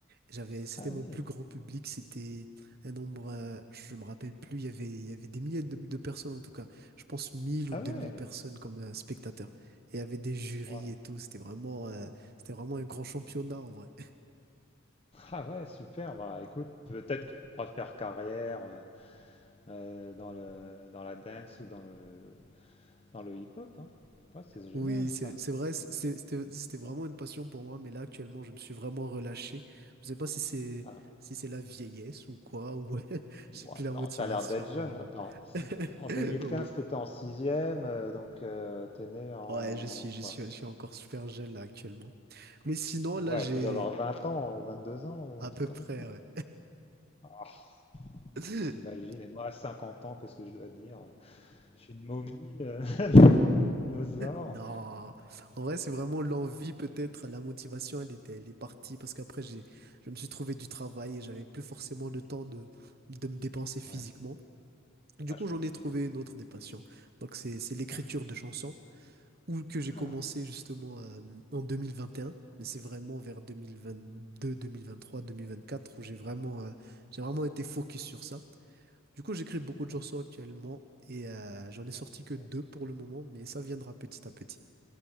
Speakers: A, on the right (about 50°); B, on the left (about 30°).
A: J'avais c'était
B: Ah
A: mon
B: oui,
A: plus grand public, c'était un nombre euh, je me rappelle plus, il y avait il y avait des milliers de, de personnes en tout cas. Je pense 1000
B: ah
A: ou 2000
B: ouais,
A: personnes comme euh, spectateurs. Et il y avait des jurys
B: ouais.
A: et tout, c'était vraiment euh, c'était vraiment un grand championnat
B: Mhm.
A: en vrai.
B: Ah ouais, super. Bah écoute, peut-être que tu pourras faire carrière euh, euh, dans le dans la dance ou dans le dans le hip-hop, hein. Ouais, c'est génial
A: Oui,
B: ça.
A: c'est c'est vrai, c'est- c'est- c'était c'était vraiment
B: Bon,
A: une passion pour moi, mais là actuellement, je me suis vraiment relâché. Je sais pas si c'est
B: ah,
A: si c'est la vieillesse ou quoi, ou <laughs> j'ai
B: ouais,
A: plus la
B: non,
A: motivation.
B: t'as l'air d'être jeune. Attends, si
A: <laughs>
B: en 2015
A: Ouais,
B: t'étais en sixième, euh, donc euh, t'es né en
A: Ouais, je suis je
B: quoi?
A: suis je suis encore super jeune là actuellement. Mais sinon,
B: Ouais,
A: là j'ai
B: tu dois avoir 20 ans, ou deux ans ou
A: à
B: un truc
A: peu
B: comme
A: près
B: ça.
A: ouais.
B: Ah,
A: <laughs>
B: t'imagines, et moi à 50 ans, qu'est-ce que je dois dire? Je suis une momie, euh, <laughs> un dinosaure.
A: Non, en vrai, c'est vraiment l'envie peut-être, la motivation, elle était elle est partie parce qu'après j'ai je me suis trouvé du travail et j'avais plus forcément le temps de de me dépenser physiquement.
B: Ouais,
A: Du
B: ouais,
A: coup,
B: je
A: j'en
B: comprends.
A: ai trouvé une autre des passions. Donc, c'est, c'est l'écriture
B: Ah,
A: de chansons, ou que
B: ah,
A: j'ai commencé justement euh, en 2021, mais c'est vraiment vers 2022, 2023, 2024 où j'ai vraiment, euh, j'ai vraiment été focus sur ça. Du coup, j'écris beaucoup
B: d'accord.
A: de chansons actuellement et euh, j'en ai sorti que deux
B: Ouais.
A: pour le moment, mais ça viendra petit à petit.